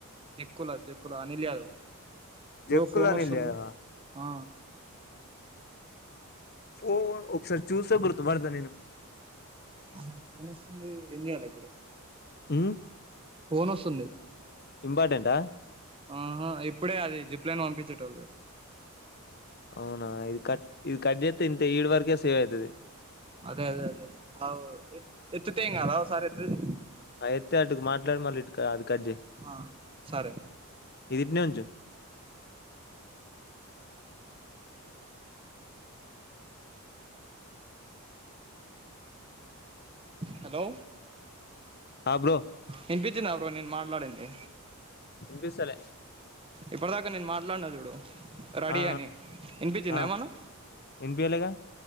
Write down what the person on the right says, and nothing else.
జక్కులా జక్కులా అనిల్ యాదవ్ బ్రో
ఫోన్ వస్తుంది.
ఆ
ఆహా ఫోన్ వస్తుంది. ఏం చేయాల ఇప్పుడు?
ఫోన్ వస్తుంది.
ఆహా ఇప్పుడే అది జిప్లేన్ పంపించేటోళ్లు.
అదే అదే అదే. అవ్ ఎ ఎత్తితే ఏం కాద? ఒక సారి ఎత్తి చు
ఆ సరే
హలో
వినిపించిందా బ్రో నేను మాట్లాడింది?
ఇప్పటిదాక నేన్ మాట్లాడిన చూడు. రెడీ
అని వినిపించిందా
ఏమన్నా?